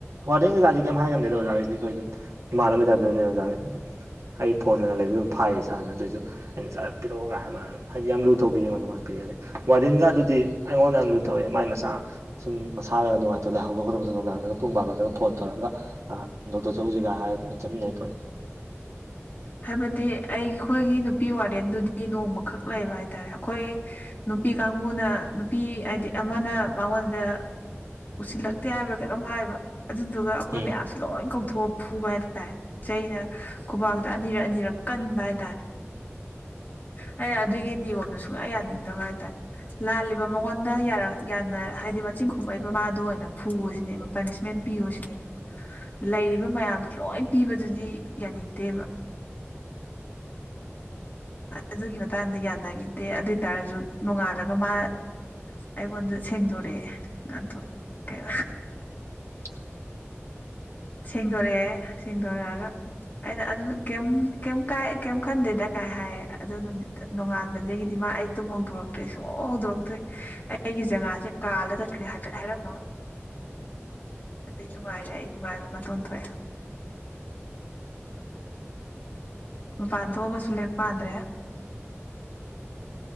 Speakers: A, on the right (about 80°); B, on the left (about 40°).
A: ꯍꯗꯦꯟ ꯖꯥꯗꯤ ꯀꯩꯝ ꯍꯥꯏꯔꯝꯗꯦꯗꯣ ꯑꯣꯖꯥꯩꯗꯤ ꯑꯩꯈꯣꯏ ꯑꯗꯨꯝ ꯏꯃꯥꯟꯅꯕꯕꯤꯗ ꯂꯣꯏꯅ ꯑꯣꯖꯥꯈꯗꯤ ꯑꯗꯨꯝ ꯑꯩ ꯐꯣꯟꯒ ꯂꯩ ꯑꯗꯨꯝ ꯐꯥꯏꯌꯦ ꯁꯥꯔꯅ ꯑꯗꯨꯁꯨ ꯑꯩꯅꯔ ꯄꯤꯔꯛꯑꯣꯒ ꯍꯥꯏꯗꯤ ꯌꯥꯝ ꯂꯨ ꯇꯧꯕꯤꯉ ꯑꯗꯨ ꯄꯤꯛꯦ ꯑꯗ ꯋꯥꯔꯗꯤꯒ ꯑꯗꯨꯗꯤ ꯑꯩꯉꯣꯟ ꯌꯥꯝ ꯂꯨ ꯇꯧꯋꯦ ꯃꯥꯏ ꯃꯁ ꯃꯆꯥ ꯁꯨꯝ ꯃꯁꯥꯗ ꯅꯨꯡꯉꯥꯏꯇꯕ ꯂꯥꯏꯍꯧꯕꯒ ꯍꯧꯠꯛꯄꯗ ꯅꯨꯡꯗꯥꯡꯔꯒ ꯄꯨꯡ ꯄꯥꯂꯗꯒ ꯐꯣꯟ ꯇꯧꯔꯒ ꯗꯣꯛꯇꯔ ꯁꯨꯝ ꯍꯥꯏꯆ ꯅ
B: ꯍꯥꯏꯕꯗꯤ ꯑꯩꯈꯣꯏꯒꯤ ꯅꯨꯄꯤ ꯋꯥꯔꯦꯟꯗꯨꯗꯤ ꯅꯣꯡꯃꯈꯛ ꯂꯩꯕ ꯍꯥꯏꯇꯥꯔꯦ ꯑꯩꯈꯣꯏ ꯅꯨꯄꯤ ꯀꯥꯡꯕꯨꯅ ꯅꯨꯄꯤ ꯍꯥꯏꯗꯤ ꯑꯃꯅ ꯃꯉꯣꯟꯗ ꯎꯁꯤꯜꯂꯛꯇꯦ ꯍꯥꯏꯕ꯭ꯔꯥ ꯀꯩꯅꯣꯝ ꯍꯥꯏꯕ ꯑꯗꯨꯗꯨꯒ ꯑꯩꯈꯣꯏ
A: ꯎꯝ
B: ꯃꯌꯥꯝꯁ ꯂꯣꯏ ꯀꯧꯊꯣꯛꯑ ꯐꯨꯕ ꯍꯥꯏꯇꯥꯔꯦ ꯆꯩꯅ ꯈꯨꯕꯥꯛꯇ ꯑꯅꯤꯔꯛ ꯑꯅꯤꯔꯛ ꯀꯟꯕ ꯍꯥꯏꯇꯥꯔꯦ ꯑꯩꯅ ꯑꯗꯨꯒꯤ ꯅꯤꯌꯣꯝꯗꯣ ꯁꯨꯡꯌꯥ ꯌꯥꯅꯤꯡꯗꯕ ꯍꯥꯏꯇꯥꯔꯦ ꯂꯥꯜꯂꯤꯕ ꯃꯉꯣꯟꯗꯔ ꯌꯥꯅ ꯍꯥꯏꯗꯤ ꯃꯆꯤꯟ ꯈꯣꯃꯛꯛꯏꯕ ꯃꯥꯗ ꯑꯣꯏꯅ ꯐꯨꯕꯁꯤꯅꯦꯕ ꯄꯅꯤꯁꯃꯦꯟ ꯄꯤꯌꯣ ꯁꯤꯅꯦꯕ ꯂꯩꯔꯤꯕ ꯃꯌꯥꯝꯗꯣ ꯂꯣꯏ ꯄꯤꯕꯗꯨꯗꯤ ꯌꯥꯅꯤꯡꯗꯦꯕ ꯑꯗꯨꯒꯤ ꯃꯇꯥꯡꯗ ꯌꯥꯅꯈꯤꯗꯦ ꯑꯗꯨꯏ ꯇꯔꯁꯨ ꯅꯣꯡꯉꯥꯜꯂꯒ ꯃꯥ ꯑꯩꯉꯣꯟꯗ ꯁꯦꯡꯗꯣꯔꯛꯑꯦ ꯉꯥꯟꯊ ꯀꯩ
A: <inaudible>
B: ꯁꯦꯡꯗꯣꯔꯛꯑꯦ ꯁꯦꯡꯗꯣꯔꯛꯑꯒ ꯑꯩꯅ ꯑꯗꯨ ꯀꯩ ꯀꯥꯏ ꯀꯩꯝ ꯈꯟꯗꯦꯗ ꯀꯥꯏ ꯍꯥꯏꯌꯦ ꯑꯗꯨ ꯅꯨꯃꯤꯠꯇ ꯅꯣꯡꯉꯥꯟꯕꯗꯒꯤꯗꯤ ꯃꯥ ꯑꯩ ꯇꯨꯝ ꯍꯧꯗꯣꯔꯛꯇ꯭ꯔꯦ ꯁꯨꯡ ꯍꯧꯗꯣꯔꯛꯇ꯭ꯔꯦ ꯑꯩꯒꯤ ꯖꯒꯥꯦ ꯁꯦ ꯀꯥꯗ ꯆꯠꯈ꯭ꯔꯦ ꯍꯥꯏꯐꯦꯠ ꯍꯥꯏꯔꯝꯃꯒ
A: <unintelligible>
B: ꯑꯗꯨꯗꯩ ꯅꯨꯡꯉꯥꯏꯔꯦ ꯑꯩ ꯅꯨꯡꯉꯥꯏꯕ ꯑꯃꯇ ꯑꯣ ꯊꯣꯛꯑꯦ ꯕꯥꯥꯗꯣꯕꯁꯂꯦ ꯄꯥꯗ꯭ꯔꯦ